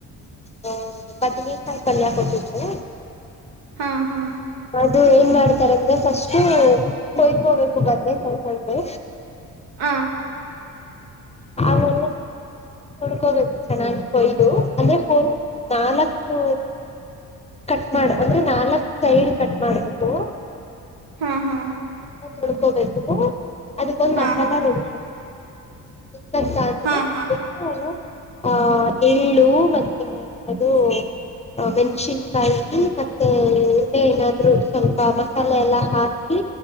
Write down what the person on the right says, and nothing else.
ಹಾ ಹಾ
ಹ.
ಹಾ ಹಾ
ಹಾ
ಹಾ ಹಾ